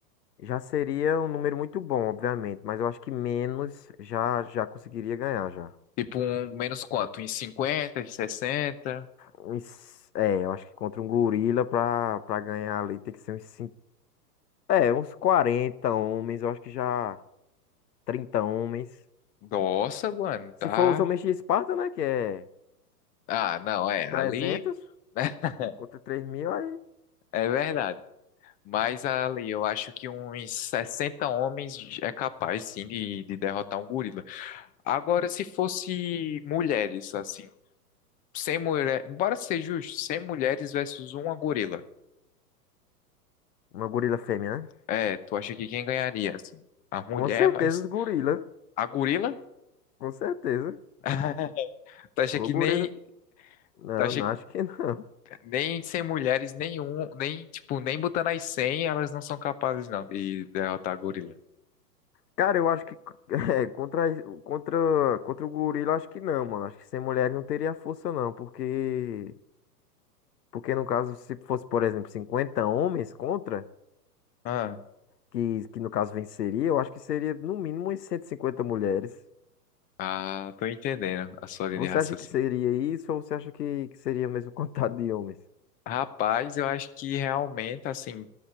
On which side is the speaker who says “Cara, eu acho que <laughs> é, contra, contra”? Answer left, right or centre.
Left